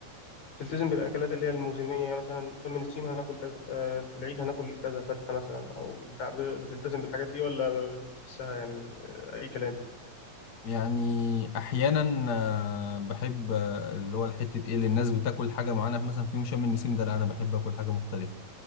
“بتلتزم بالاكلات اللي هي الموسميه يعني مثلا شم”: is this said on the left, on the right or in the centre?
Left